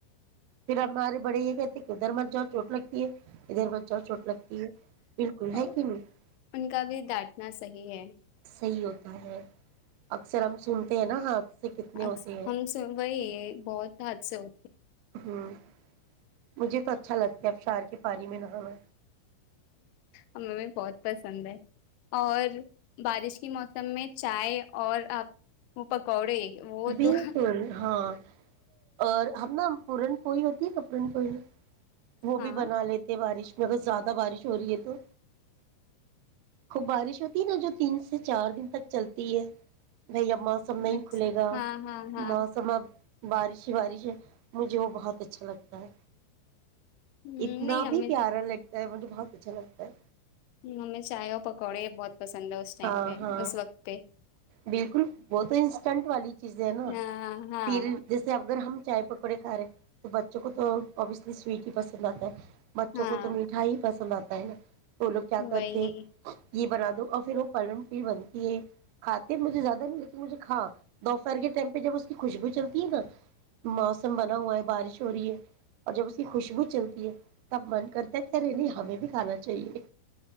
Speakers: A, on the right; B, on the left.
A: پھر ہم ہمارے بڑے یہ کہتے کہ ادھر مت جاؤ چوٹ لگتی ہے ادھر مت چوٹ لگتی ہے بالکل
B: ہ
A: ہے کہ نہیں
B: ان کا بھی ڈانٹنا صحیح ہے
A: صحیح ہوتا ہے اکثر ہم سنتے ہیں نا ہاتھ سے کتنے
B: ہاں،
A: ہوتے ہیں
B: ہم سے وہی بہت حادثے ہو
A: ہممم مجھے تو اچھا لگتا ہے ابشار کے پانیاری میں نہانا
B: ہمیں بہت پسند ہے اور بارش کے موسم میں چائے اور آپ پکؤڈے وہ
A: بالکل
B: تو
A: ہاں اور ہم نہ پورن پولی ہوتی ہے ن پورن پولی وہ
B: ہاں
A: بھی بنا لیتے ہیں بارش میں مگر زیادہ بارش ہو رہی ہے تو خوب بارش ہوتی نا جو تین سے چار دن تک چلتے تین بھائی اب موسم نہیں
B: اچھا
A: کھلے گا
B: ہاں ہاں ہاں
A: موسم اب بارش ہی بارش ہے مجھے وہ بہت اچھا لگتا ہے
B: نہیں
A: اتنا
B: ہمیں
A: بھی پیارا لگتا مجھے بہت اچھا لگتا ہے
B: ہممم ہمیں چائے اور پکوڑے بہت پسند ہے اس ٹائم
A: ہاں
B: پہ
A: ہاں
B: اس وقت پہ
A: بالکل بہت چنٹ والی چیزیں ہے نا
B: ہاں ہاں
A: پھر جیسے اگر ہم چائے پکوڑے کھا رہے ہیں تو بچوں کو تو ابویسلی سویٹ ہی پسند آتا ہے بچوں
B: ہاں
A: کو تو مٹھائی ہی پسند آتی ت نا <unintelligible> وہ لوگ کیا کرتے
B: وہی
A: یہ بنا دو اور پھر وہ پن پ بنتی ہے کھاتے مجھے زیادہ نہیں لیکن مجھے کھا دوپہر کے ٹائم پہ جب اس کی خوشبو چلتی ہے نا موسم بنا ہوا ہے بارش ہو رہی ہے اور جب اس کی خوشبو چلتی ہے تب من کرتے تھ اے نہیں ہمیں بھی کانا چاہے